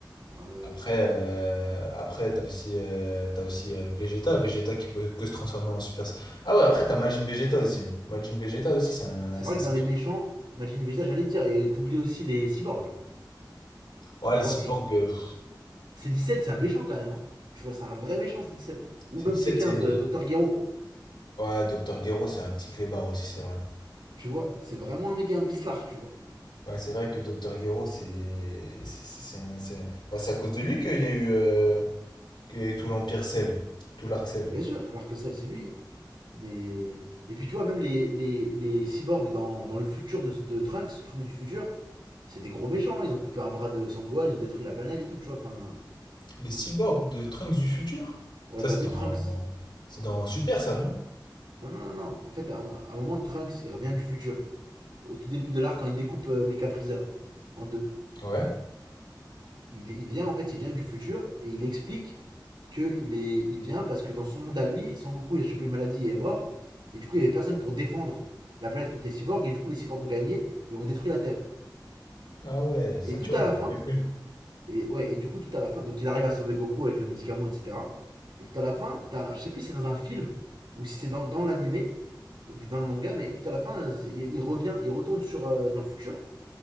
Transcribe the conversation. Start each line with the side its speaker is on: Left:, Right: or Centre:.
Right: ouais,
Left: Après,
Right: ouais.
Left: euh, après
Right: Ouais.
Left: t'as aussi, euh, t'as aussi euh, Vegeta, Vegeta qui peut que se transformer en Super Saiyan. Ah ouais, après t'as Majin Vegeta aussi. Majin Vegeta aussi, c'est un,
Right: C'est
Left: c'est
Right: vrai
Left: un sacré-
Right: que dans les méchants, Majin Vegeta, j'allais dire, et t'oublies aussi les cyborgs,
Left: Ouais,
Right: tu
Left: les
Right: vois,
Left: cyborgs,
Right: genre,
Left: euh, pff,
Right: C17, c'est un méchant quand même, hein. Tu vois, c'est un vrai méchant, C17. hein. Ou
Left: c'est
Right: même
Left: 17,
Right: C15,
Left: c'est...
Right: Docteur Gero.
Left: Ouais, Docteur Gero, c'est un petit clébard aussi, c'est vrai.
Right: Tu vois, c'est vraiment un mec qui invite l'arc, tu vois.
Left: Ouais, c'est vrai que Docteur Gero, c'est... C'est c'est- c'est un- c'est- bah, c'est à cause de lui qu'il y a eu, euh, qu'il y a eu tout l'Empire Cell, tout l'arc Cell.
Right: Mais bien sûr, l'arc-sale, c'est lui. hein. Mais. Et puis tu vois, même les, les, les cyborgs dans, dans le futur de, de Trunks, Trunks du futur, c'est des gros méchants. Ils ont coupé un bras de Sangohan, ils ont détruit la planète et tout, tu vois. Enfin.
Left: Les cyborgs de Trunks du futur?
Right: Ouais,
Left: Ça,
Right: t'as
Left: c'est
Right: vu
Left: dans...
Right: Trunks
Left: C'est dans Super, ça, non?
Right: Non, non, non, En fait, à un, à un moment, Trunks, il revient du futur. Au tout début de l'arc, quand il découpe euh, Mecha Freezer en deux.
Left: Ouais.
Right: Il, il vient, en fait, il vient du futur et il explique qu'il est, il vient parce que dans son monde à lui, Sangoku il a chopé une maladie et est mort. Et du coup, il y avait personne pour défendre la planète contre les cyborgs. Et du coup, les cyborgs ont gagné et ont détruit la Terre.
Left: Ah ouais, ça,
Right: Et
Left: tu
Right: tout
Left: vois,
Right: à
Left: je
Right: la
Left: m'en rappelle
Right: fin,
Left: plus.
Right: et ouais, et du coup, tout à la fin, donc il arrive à sauver Goku avec le médicament, etc. Et tout à la fin, t'as, je sais plus si c'est dans un film ou si c'est dans, dans l'animé, dans le manga, mais tout à la fin, il, il revient, il retourne sur, euh, dans le futur.